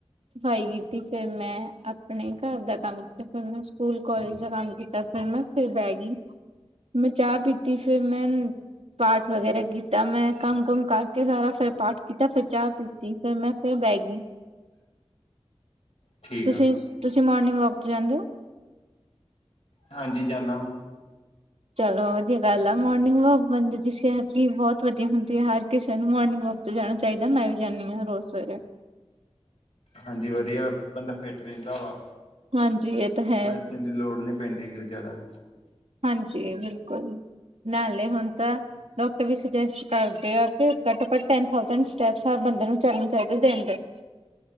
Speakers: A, on the right; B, on the left.
A: ਸਫ਼ਾਈ ਕੀਤੀ। ਫਿਰ ਮੈਂ ਆਪਣੇ ਘਰ ਦਾ ਕੰਮ ਕੀਤਾ ਫਿਰ ਮੈਂ ਸਕੂਲ ਕਾਲਜ ਦਾ ਕੰਮ ਕੀਤਾ। ਫਿਰ ਮੈਂ ਫਿਰ ਬਹਿ ਗਈ ਮੈਂ ਚਾਹ ਪੀਤੀ ਫਿਰ ਮੈਂ ਪਾਠ ਵਗੈਰਾ ਕੀਤਾ ਮੈਂ ਕੰਮ ਕੁੁੰਮ ਕਰਕੇ ਸਾਰਾ ਫਿਰ ਪਾਠ ਕੀਤਾ ਫਿਰ ਚਾਹ ਪੀ ਫੇਿਰ ਮੈਂ ਫੇਿਰ ਬਹਿ ਗਈ
B: ਠੀਕ
A: ਤੁਸੀਂ
B: ਆ
A: ਸ ਤੁਸੀਂ ਮੋਰਨਿੰਗ ਵੌਕ ਤੇ ਜਾਂਦੇ ਓ?
B: ਹਾਂਜੀ ਜਾਨਾ ਵਾਂ।
A: ਚਲੋ ਵਧੀਆ ਗੱਲ ਆ। ਮੋਰਨਿੰਗ ਵੌਕ ਬੰਦੇ ਦੀ ਸਿਹਤ ਲਈ ਬਹੁਤ ਵਧੀਆ ਹੁੰਦੀ ਐ, ਹਰ ਕਿਸੇ ਨੂੰ ਮੋਰਨਿੰਗ ਵੌਕ ਤੇ ਜਾਣਾ ਚਾਈਦਾ। ਮੈਂ ਵੀ ਜਾਂਨੀ ਆਂ, ਰੋਜ਼ ਸਵੇਰੇ।
B: ਹਾਂਜੀ ਵਧੀਆ ਬੰਦਾ ਫਿਟ ਰਹਿੰਦਾ ਵਾ।
A: ਹਾਂਜੀ ਇਹ ਤਾਂ ਹੈ
B: ਮੈਡੀਸਨ ਦੀ ਲੋੜ ਨੀ ਪੈਂਦੀ ਗੀ ਜਾਦਾ।
A: ਹਾਂਜੀ, ਬਿਲਕੁਲ। ਨਾਲੇ ਹੁਣ ਤਾਂ
B: ਹਾਂਜੀ
A: ਡੌਕਟਰ ਵੀ ਸਜੇਸਟ ਕਰਦੇ ਆ ਕਿ ਘੱਟੋ ਘੱਟ ਟੈੱਨ ਥਾਊਜੈ਼ਂਡ ਸਟੈੱਪਸ, ਹਰ ਬੰਦੇ ਨੂੰ ਚੱਲਣਾ ਚਾਈਦਾ ਦਿਣ ਦੇ ਇੱਚ।